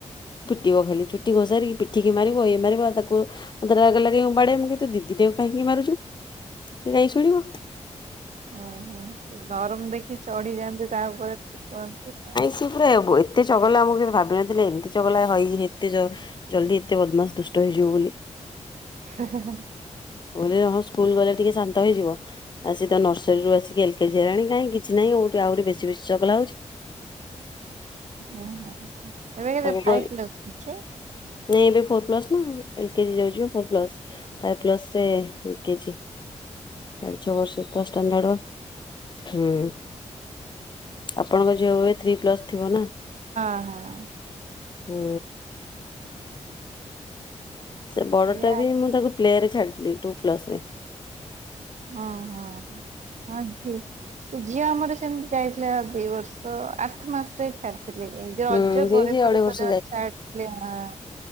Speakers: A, on the left; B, on the right.
A: ଇଏ ବା ଖାଲି ଚୁଟି ଘୋସାରିକି ପିଠିକି ମାରିବ ଇଏ ମାରିବ ତାକୁ ମତେ ରାଗ ଲାଗିବ ମୁଁ ବାଡ଼େଇବି। ତୁ ଦିଦିଟା କାହିଁକି ମାରୁଛୁ ସେ କାଇଁ ଶୁଣିବ।
B: ଆଁ ହାଁ ନରମ ଦେଖିକି ଚଢି ଯାଆନ୍ତି ତା ଉପରେ <unintelligible>
A: ସେ ପୁରା ଏତେ ଚଗଲା ମୁଁ କେବେ ଭାବିି ନଥିଲି ଏମିତି ଚଗଲା ହେଇ ଏତେ ଜଲ୍ଦି ଏତେ ବଦମାସ ଦୁଷ୍ଟ ହେଇଯିବ ବୋଲି।
B: ହେଁ ହେଁ
A: ମୁଁ କହିଲି ହଁ ସ୍କୁଲ ଗଲେ ଟିକେ ଶାନ୍ତ ହେଇଯିବ ଆସ ତ ନର୍ସରୀରୁୁ ଆସ ଏଲ କେଜି ହେଲାଣି କାହିଁ କିଛି ନାହିଁ ଓଲଟି ଆହୁରି ବେଶୀ ବେଶୀ ଚଗଲା ହେଉଛି।
B: ହୁଁ ଏବେ କେତେ
A: ତାକୁ
B: ଫାଇବ୍
A: କହିଲି
B: କ୍ଲାସ ଅଛି।
A: ନାଇଁ ଏବେ ଫୋର ପ୍ଲସ ନା ଏଲ କେଜି ଯାଉଚି ଫୋର କ୍ଲାସ ଫାଇଭ କ୍ଲାସ ରେ ଏଲ କେଜି ପାଞ୍ଚ ବର୍ଷରେ ତ ଷ୍ଟାଣ୍ଡର୍ଡ ହୁଁ ଆପଣଙ୍କ ଝିଅ ବି ଥ୍ରୀ କ୍ଲାସ ଥିବ ନା
B: ହଁ
A: ହୁଁ ସେ ବଡ
B: ଏଇଆ
A: ଟା ବି ମୁଁ
B: ହଁ
A: ତାକୁ ପ୍ଲେ ରେ ଛାଡିଥିଲି ଟୁ ପ୍ଲସ ରେ
B: ହଁ ହଁ ହଁ ଝୀ ଝିଅ ଆମର ସେମିତି ଯାଇଥିଲା ଦୁଇ ବର୍ଷ ତ ଆଠ ମାସରେ ଛାଡିଥିଲେ ଯୋଉ
A: ହୁଁ
B: ରଜ
A: ସେ
B: ପରେ
A: ବି ସେଇ
B: ପରେ
A: ଅଢେଇ ବର୍ଷ
B: ତ ଯ ଛାଡିଥିଲେ ହ